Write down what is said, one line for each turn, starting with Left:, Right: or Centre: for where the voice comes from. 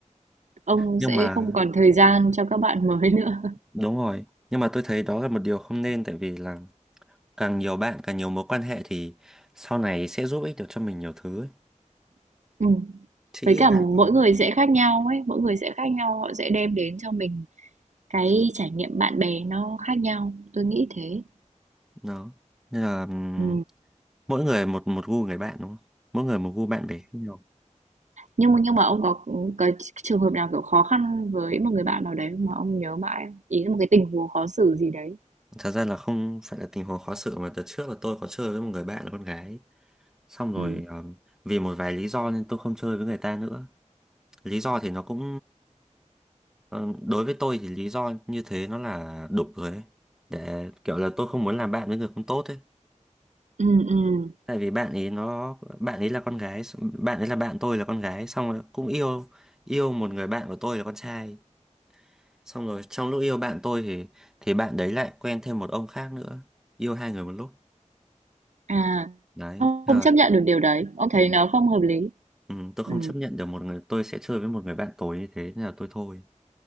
Right: ông
Centre: nhưng
Right: sẽ
Centre: mà
Right: không còn thời gian cho các bạn mới nữa
Centre: đúng rồi nhưng mà tôi thấy đó là một điều không nên tại vì là càng nhiều bạn càng nhiều mối quan hệ thì sau này sẽ giúp ích được cho mình nhiều thứ ấy
Right: <laughs> ừ.
Centre: Chị
Right: với
Centre: ít
Right: cả
Centre: bạn
Right: mỗi
Centre: quá.
Right: người sẽ khác nhau ấy mỗi người sẽ khác nhau họ sẽ đem đến cho mình cái trải nghiệm bạn bè nó khác nhau tôi nghĩ thế
Centre: đó nên là ừm,
Right: ừ.
Centre: mỗi người một một gu người bạn đúng không mỗi người một gu bạn bè khác nhau
Right: nhưng mà nhưng mà ông có có trường hợp nào kiểu khó khăn với một người bạn nào đấy mà ông nhớ mãi không? ý là một cái tình huống khó xử gì đấy
Centre: thật ra là không phải là tình huống khó xử mà từ trước là tôi có chơi với một người bạn là con gái xong rồi
Right: ừ.
Centre: ờ, vì một vài lý do nên tôi không chơi với người ta nữa lý do thì nó cũng ờ, đối với tôi thì lý do như thế nó là đục rồi ấy để kiểu là tôi không muốn làm bạn với người không tốt ấy
Right: Ừ, ừ.
Centre: tại vì bạn ấy nó bạn ấy là con gái bạn ấy là bạn tôi là con gái xong rồi cũng yêu yêu một người bạn của tôi là con trai xong rồi trong lúc yêu bạn tôi thì thì bạn đấy lại quen thêm một ông khác nữa yêu hai người một lúc
Right: à
Centre: đấy
Right: Ông
Centre: Ờ,
Right: không chấp nhận được điều đấy, ông thấy
Centre: ừ.
Right: nó không hợp lý.
Centre: ừ, tôi
Right: Ừ.
Centre: không chấp nhận được một người tôi sẽ chơi với một người bạn tối như thế nên là tôi thôi